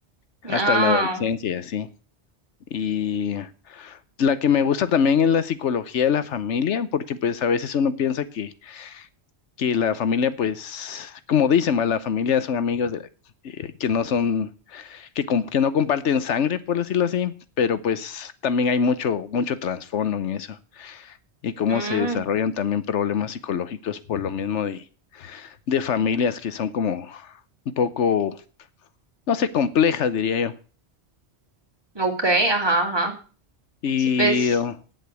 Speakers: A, on the left; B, on the right.
A: hasta
B: Ah,
A: la adolescencia y así. Y la que me gusta también es la psicología de la familia, porque pues a veces uno piensa que, que la familia pues, como dicen, ma, la familia son amigos de la- eh, que no son que, com- que no comparten sangre, por decirlo así, pero pues también hay mucho, mucho trasfondo en eso y cómo
B: mm,
A: se desarrollan también problemas psicológicos por lo mismo de, de familias que son como un poco, no sé, complejas, diría yo.
B: ok, ajá, ajá.
A: Y
B: Sí, pues,
A: uh,